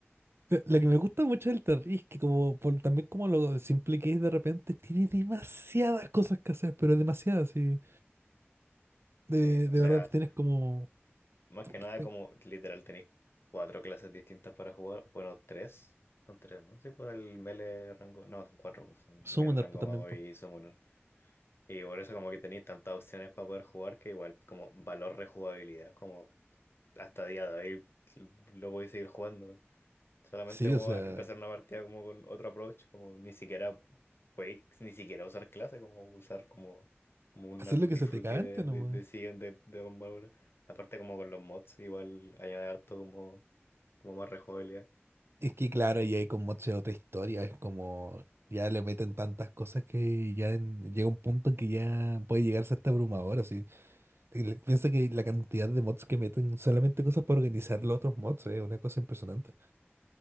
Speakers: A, on the right; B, on the left.
A: Lo lo que me gusta mucho del Terraria es que como por, también como lo simple que es de repente, tiene demasiadas cosas que hacer, pero demasiadas, sí. De,
B: sí. O
A: de
B: sea,
A: verdad, pues, tienes como...
B: más que nada
A: eh,
B: como literal tenéis cuatro clases distintas para jugar. Bueno, tres, son tres, ¿no? Sí, pues el melee rango, no, son cuatro, pues son
A: Summoner
B: melee rango
A: pues, también.
B: mago
A: pues.
B: y summoner. Y por eso como que tenéis tantas opciones para poder jugar que igual como valor rejugabilidad, como hasta día de hoy lo podéis seguir jugando. Solamente
A: Sí,
B: como
A: o sea,
B: empezar una partida como con otro approach, como ni siquiera podéis ni siquiera usar clase, como usar como, como una
A: hacer lo
B: tutti
A: que se
B: frutti
A: te cante
B: de,
A: nomás.
B: de, de siguiente de, de armadura. Aparte como con los mods, igual añade harto como, como más rejugabilidad.
A: Es que claro, y ahí con mods es otra historia, es como ya le meten tantas cosas que ya en- llega un punto en que ya puede llegarse hasta abrumador, así. Y le- Piensa que la cantidad de mods que meten solamente cosas para organizar los otros mods es una cosa impresionante.